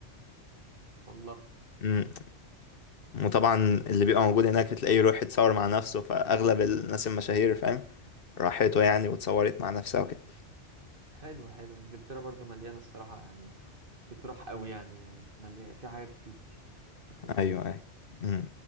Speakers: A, on the right; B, on the left.
A: والله
B: مم. وطبعا اللي بيبقى موجود هناك بتلاقيه يروح يتصور مع نفسه فأغلب الناس المشاهير فاهم راحته يعني واتصورت مع نفسها وكده
A: حلو حلو انجلترا برضو مليانه الصراحه يعني بتروح قوي يعني مليان في حاجات كتير تخلص
B: أيوه أيوه مم.